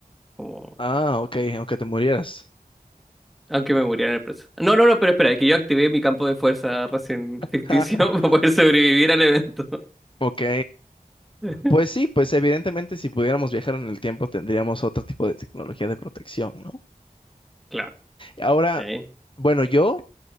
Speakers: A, in the centre; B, on the left (about 35°).
A: como
B: Ah, ok, aunque te murieras.
A: aunque me muriera en el proceso. No, no, no, pero espera, es que yo activé mi campo de fuerza recién
B: <laughs>
A: ficticio <laughs> para poder sobrevivir al evento.
B: Ok.
A: <laughs>
B: Pues sí, pues evidentemente si pudiéramos viajar en el tiempo tendríamos otro tipo de tecnología de protección, ¿no?
A: Claro,
B: Ahora,
A: sí.
B: bueno, yo,